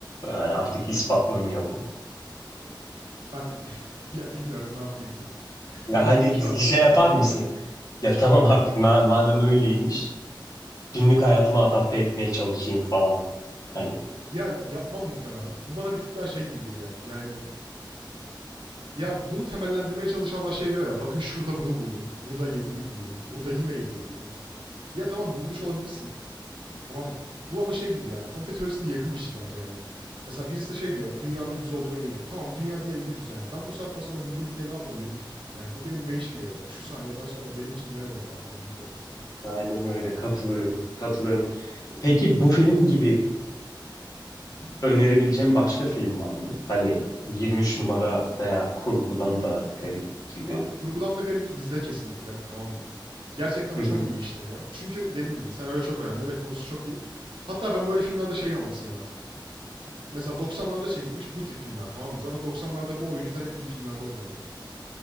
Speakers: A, on the left; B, on the right.
A: Yani artık ispatlanıyor bu.
B: Ben <laughs> ya bilmiyorum ne yapayım ki.
A: Ya
B: Bu bilgiyle
A: hani
B: şu anda.
A: şey yapar mısın? Ya tamam artık ma- madem öyleymiş günlük hayatıma adapte etmeye çalışayım falan. Hani
B: Ya yapmam muhtemelen. Bu bana bir tık daha şey gibi geliyor. Yani ya bunu temellendirmeye çalışanlar şey diyor ya. Bakın şurada bunu buldum. Burada yediği buldum. Burada yine yediği buldum. Ya tamam bulmuş olabilirsin. Tamam mı? Bu ama şey gibi yani komplo teorisine yakın bir şey bence yani. Mesela birisi de şey diyor dünyanın düz olduğuna eminim. Tamam dünya diyelim ki düz yani. Ben bu saatten sonra bu bilgiyle ne yapabilirim ki? Yani bu benim ne işime yarayacak? Şu saniyeden sonra benim için ne önemi var dünyanın düz olmasının?
A: aynen öyle katılıyorum. Katılıyorum. Peki bu film gibi önerebileceğim başka film var mı? Hani 23 numara veya kurgudan da garip gibi.
B: Abi kurgudan da garibi izle kesinlikle tamam mı? Gerçekten
A: Hı
B: çok
A: hı.
B: iyi işleniyor. Çünkü dediğim gibi senaryo çok önemli ve konusu çok iyi. Hatta ben böyle filmlerde şey yanlısıyım artık. Mesela 90'larda çekilmiş bu tip filmler tamam mı? Zaten 90'larda bu oyuncular hep iyi filmlerde oynuyordu.